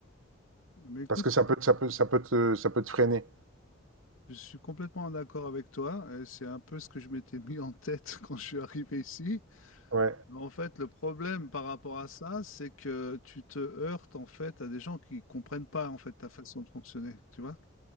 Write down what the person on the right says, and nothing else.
Parce que ça peut, ça peut, ça peut te, ça peut te freiner.
Ouais.